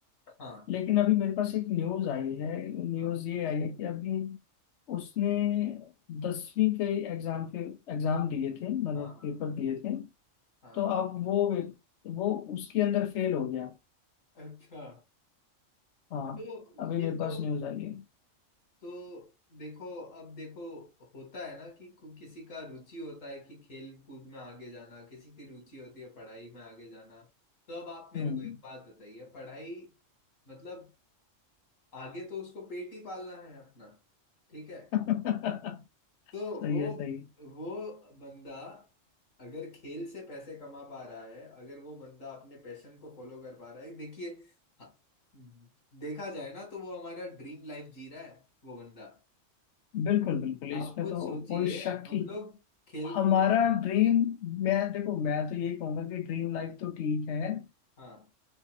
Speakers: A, on the left; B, on the left.
A: हाँ
B: लेकिन अभी मेरे पास एक न्यूज आई है न्यूज
A: हाँ
B: ये आई है कि अभी उसने दसवीं के एग्जाम के एग्जाम दिए थे मतलब
A: हाँ हाँ
B: पेपर दिए थे
A: हाँ
B: तो अब वो वो उसके अंदर फेल हो गया
A: अच्छा
B: हाँ
A: तो
B: अभी
A: ये
B: मेरे
A: तो
B: पास न्यूज आई है
A: तो देखो अब देखो होता है ना कि कु- किसी का रुचि होता है कि खेल कूद में आगे जाना किसी की रुचि होती है पढ़ाई में आगे जाना तो अब आप मेरे
B: हम्म
A: को एक बात बताइए पढ़ाई मतलब आगे तो उसको पेट ही पालना है अपना ठीक है
B: <laughs>
A: तो
B: सही
A: वो
B: है सही है।
A: वो बंदा अगर खेल से पैसे कमा पा रहा है अगर वो बंदा अपने पैशन को फॉलो कर पा रहा है देखिए हाँ, देखा जाए ना तो वो हमारा ड्रीम लाइफ जी रहा है वो बंदा
B: बिल्कुल बिल्कुल
A: आप
B: इसमें
A: खुद
B: तो
A: सोचिए
B: कोई शक
A: हम
B: ही
A: लोग खेल
B: हमारा
A: कूद हाँ
B: ड्रीम मैं देखो मैं तो यही कहूंगा कि ड्रीम लाइफ तो ठीक है
A: हाँ